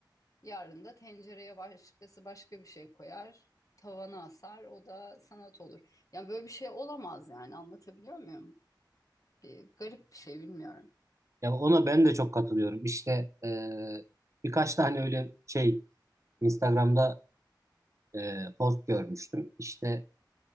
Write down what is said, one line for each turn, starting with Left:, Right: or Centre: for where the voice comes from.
Left: Yarın da tencereye başkası başka bir şey koyar, tavana asar, o da sanat olur. Yani böyle bir şey olamaz yani anlatabiliyor muyum? Bir garip bir şey bilmiyorum.
Right: Ya ona ben de çok katılıyorum. İşte eee, birkaç tane öyle şey Instagram'da eee, post görmüştüm. İşte